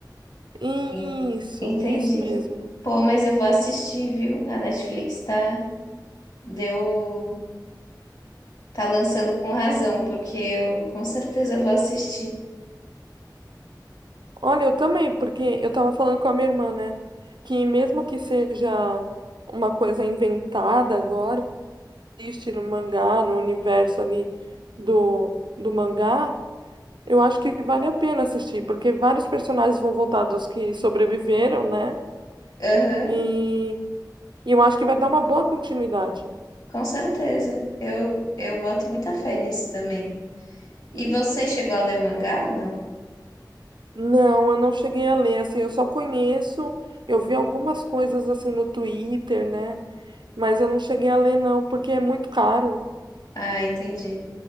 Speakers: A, on the right (about 85°); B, on the left (about 55°).
A: <laughs> Isso,
B: En- Entendi.
A: isso mesmo.
B: Pô, mas eu vou assistir, viu? A Netflix tá, deu, tá lançando com razão, porque eu com certeza vou assistir.
A: Olha, eu também, porque eu tava falando com a minha irmã, né? Que mesmo que seja uma coisa inventada agora, existe no mangá, no universo ali do, do mangá, eu acho que vale a pena assistir, porque vários personagens vão voltar dos que sobreviveram, né?
B: Aham.
A: E, e eu acho que vai dar uma boa continuidade.
B: Com certeza. Eu, eu boto muita fé nisso também. E você chegou a ler o mangá ou não?
A: Não, eu não cheguei a ler, assim, eu só conheço, eu vi algumas coisas assim no Twitter, né? Mas eu não cheguei a ler, não, porque é muito caro.
B: Ah, entendi.